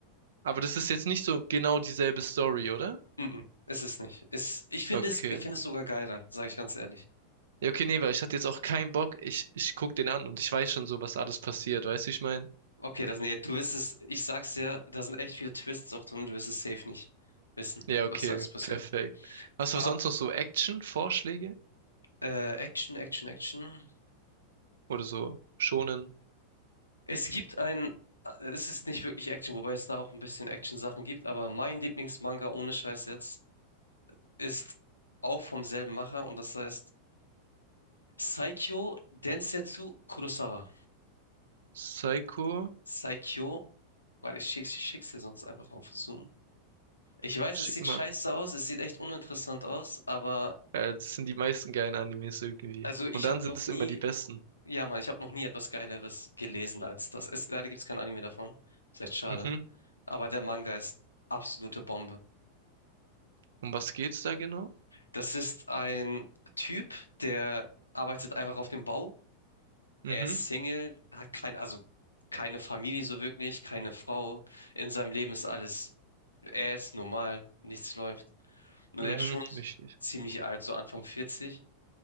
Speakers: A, on the right; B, on the left.
A: Aber das ist jetzt nicht so genau dieselbe Story, oder?
B: Mhm, ist es nicht. Ist, ich finde
A: Okay.
B: es, ich finde es sogar geiler, sage ich ganz ehrlich.
A: Ja, okay, nee, weil ich hatte jetzt auch keinen Bock. Ich, ich guck den an und ich weiß schon so, was alles passiert. Weißt du, wie ich meine?
B: Okay, das, nee, du wirst es, ich sag's dir, da sind echt viele Twists auch drin, du wirst es safe nicht wissen,
A: Ja, okay,
B: was da alles passiert.
A: perfekt. Hast
B: Ab,
A: du sonst noch so Action-Vorschläge?
B: äh, Action, Action, Action.
A: Oder so Shonen
B: Es gibt ein, äh, es ist nicht wirklich Action, wobei es da auch ein bisschen Action-Sachen gibt, aber mein Lieblingsmanga ohne Scheiß jetzt ist auch vom selben Macher und das heißt Saikyo Densetsu Kurosawa.
A: Psycho?
B: Saikyo. Warte, ich schick, ich schick's dir sonst einfach auf Zoom. Ich weiß,
A: Schick
B: es sieht
A: mal.
B: scheiße aus, es sieht echt uninteressant aus, aber
A: Äh, das sind die meisten geilen Animes irgendwie.
B: also ich
A: Und dann
B: habe
A: sind
B: noch
A: es
B: nie,
A: immer die besten.
B: ja Mann, ich habe noch nie etwas Geileres gelesen als das. Es, leider gibt's kein Anime davon. Ist echt schade.
A: Mhm.
B: Aber der Manga ist absolute Bombe.
A: Um was geht's da genau?
B: Das ist ein Typ, der arbeitet einfach auf dem Bau. Er
A: Mhm.
B: ist Single, hat kein, also keine Familie so wirklich, keine Frau. In seinem Leben ist alles, er ist normal, nichts läuft. Und
A: Mhm.
B: er ist schon
A: Wichtig.
B: ziemlich alt, so Anfang vierzig